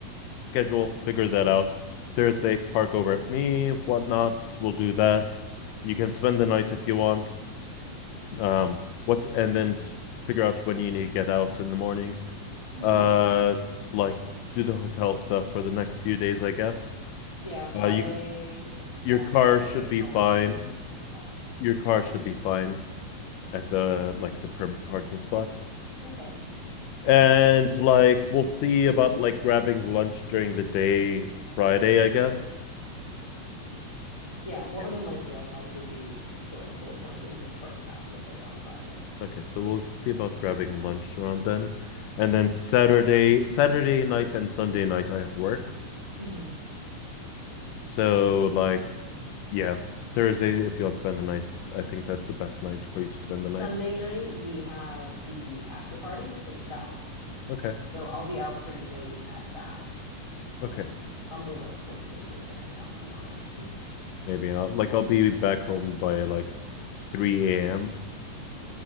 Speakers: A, on the left; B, on the right.
A: schedule, figure that out. Thursday, park over at me, whatnot. We'll do that. You can spend the night if you want. Um, what and then figure out when you need to get out in the morning.
B: hmm
A: Uh, s- like do the hotel stuff for the next few days, I guess.
B: Yeah, Friday,
A: Uh, you c- your
B: Saturday,
A: car should be
B: I'll
A: fine.
B: be at the hotel.
A: Your car should be fine at the like the perm parking spot.
B: Okay.
A: And like we'll see about like grabbing lunch during the day Friday, I guess.
B: Yeah,
A: Okay.
B: more than likely I'll probably be quote unquote working the first half of the day on Friday.
A: Okay, so we'll see about grabbing lunch around then. And then Saturday, Saturday night and Sunday night I have work.
B: Mhm.
A: So like yeah, Thursday if you want to spend the night, I think that's the best night for you to spend
B: Sunday
A: the night.
B: night, we have the after party for the staff.
A: Okay.
B: So I'll be out pretty late at that.
A: Okay.
B: So probably like close to when you're getting out, to be honest.
A: Maybe I'll like I'll be back home by like 3 a.m.